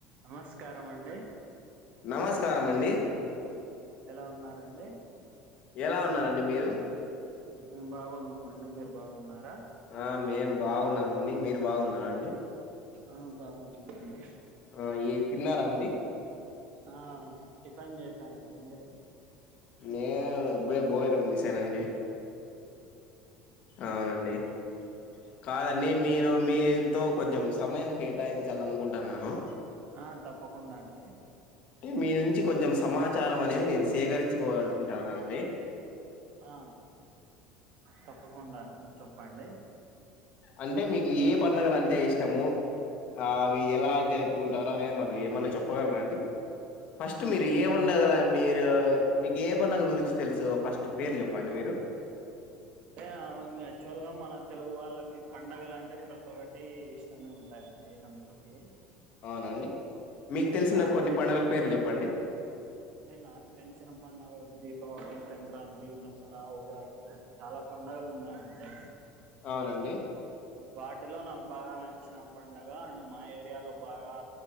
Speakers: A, on the right; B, on the left.
A: నమస్కామండి
B: నమస్కారమండి
A: ఎలా ఉన్నారండీ
B: ఎలా ఉన్నారండి మీరు
A: మేము బాగున్నామండి మీరు బాగున్నారా
B: ఆ మేం బాగున్నమండి మీరు బాగున్నారా అండి
A: ఆ బాగున్నానండి
B: ఆ ఏ తిన్నారా అండి
A: ఆ టిఫిన్ చేశానండి మీరు
B: నేను ఇప్పుడే భోజనం చేసానండి
A: ఆ
B: అవునండి <inaudible> కాదండి
A: ఏం చేస్తారా
B: మీరు మీ
A: అండి
B: తో కొంచెం సమయం కేటాయించాలనుకుంటాన్నను
A: ఆ తప్పకుండా అండి
B: మీ నుంచి కొంచెం సమాచారం అనేది నేను సేకరించుకోవాలనుకుంటాననండి
A: ఆ తప్పకుండా అండి చెప్పండి
B: అంటే మీకు ఏ పండుగల అంటే ఇష్టము ఆ అవి ఎలా జరుపుకుంటారు అనేది మాకు ఏమన్నా చెప్పగలరా అండి ఫస్ట్ మీరు ఏ వండ కదా మీరు మీ ఏ పండగల గురించి తెలుసు ఫస్ట్ పేరు చెప్పండి మీరు
A: అంటే యాక్చువల్గా మన తెలుగు వాళ్ళకి పండగలు అంటే ప్రతి ఒక్కటి ఇష్టమే ఉంటాయండి అందరికి
B: అవునా అండి మీకు
A: అంటే
B: తెలిసిన
A: నాకైతే
B: కొన్ని పండుగల
A: అంటే
B: పేర్లు చెప్పండి
A: నాకు తెల్సిన పండుగ దీపావళి సంక్రాంతి దసర ఉగాది చాల పండగలు ఉన్నాయండి
B: అవునండి
A: వాటిలో నాకు బాగ నచ్చిన పండుగ అంటే మా ఏరియాలో బాగా